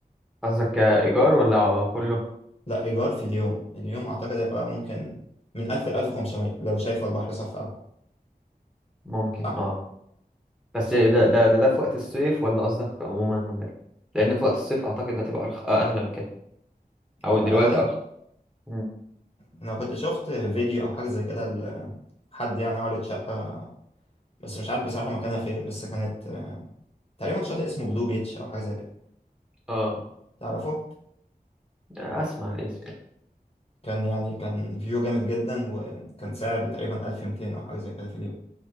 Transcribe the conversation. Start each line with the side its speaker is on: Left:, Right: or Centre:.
Centre: قصدك كايجار ولا كله
Left: لا إيجار في اليوم اليوم أعتقد هيبقى ممكن من 1000 ل 1500 لو شايفة البحر صف أوي
Centre: ممكن
Left: صح؟
Centre: اه بس ده ده ده, ده في وقت الصيف ولا قصدك عموما ولا ايه لان في وقت الصيف اعتقد هتبقى أرخ... آه، اغلى من كده او
Left: تبقى
Centre: دلوقتي
Left: أغلى
Centre: ارخص مم.
Left: لو كنت شفت فيديو أو حاجة زي كده ل- حد يعني عارض شقة بس مش عارف بصراحة مكانها فين بس كانت آه، تقريبا شاطئ اسمه بلو بيتش أو حاجة زي كده
Centre: اه
Left: تعرفه؟
Centre: اسمع الاسم
Left: كان يعني كان فيو جامد جدا وكان سعر تقريبا 1200 أو حاجة زي كده في اليوم